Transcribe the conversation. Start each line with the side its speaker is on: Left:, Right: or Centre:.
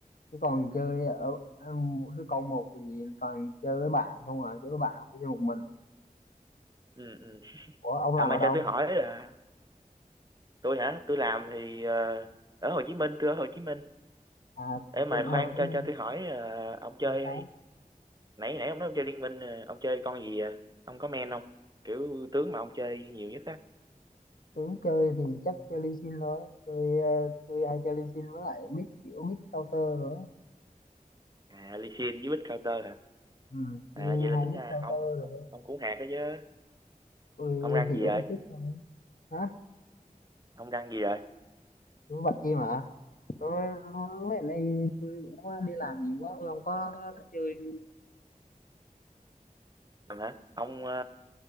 Left: chứ còn chơi ở ở một đứa con một thì toàn chơi với bạn không à chơi với bạn hoặc chơi một mình
Right: ừ, ừ.
Left: ủa ông
Right: à
Left: làm
Right: mà
Left: ở đâu
Right: cho tôi hỏi là tôi hả tôi làm thì ờ, ở Hồ Chí Minh tôi ở Hồ Chí Minh
Left: à
Right: Ê mà
Left: tôi cũng ở
Right: khoan
Left: Hồ Chí
Right: cho
Left: Minh
Right: cho tôi hỏi ờ, ông chơi
Left: hồi đó.
Right: nãy nãy ông nói ông chơi liên minh ờ, ông chơi con gì à? Ông có men không? Kiểu tướng mà ông chơi nhiều nhất á.
Left: tôi cũng chơi thì chắc chơi Lee Sin thôi tôi ờ, tôi hay chơi Lee Sin với lại mid kiểu mid counter rồi á.
Right: À Lee Sin với Bích Carter hả?
Left: ừ, chia
Right: À vậy là
Left: hai
Right: tính
Left: mid
Right: ra
Left: counter
Right: ông
Left: rồi
Right: ông
Left: thôi.
Right: ông cũng hạt đó chứ.
Left: tôi
Right: Ông răng
Left: hiểu
Right: gì rồi?
Left: một chút thôi hả
Right: Ông răng gì rồi?
Left: tôi bạch kia mà tôi mấy ngày nay tôi cũng đi làm nhiều quá tôi không có chơi
Right: Làm hả? Ông ờ,